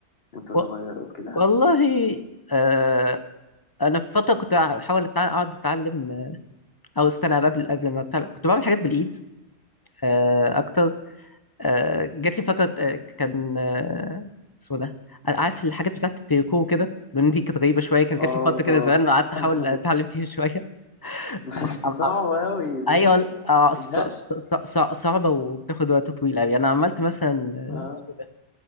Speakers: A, on the left (about 60°); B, on the left (about 25°).
A: وانت صغير
B: و...
A: او كده
B: والله آه... انا في فتره كنت بحاول أتع- اقعد اتعلم او استنى قبل قبل ما أتعلم. كنت بعمل حاجات بالايد آه... اكتر آه، جات لي فكره آه، كان آه، اسمه ده أنا عارف الحاجات بتاعت التريكو كده لان دي كانت غريبه شويه كانت
A: اه
B: جات لي فتره كده
A: اه
B: زمان قعدت احاول
A: <laughs>
B: اتعلم فيها شويه
A: بس
B: <laughs>
A: صعب اوي <laughs>
B: ايوه آه،
A: متزهقش
B: ص- ص- ص- ص- صعبه وبتاخد وقت طويل قوي انا عملت مثلا آه،
A: اه
B: اسمه ده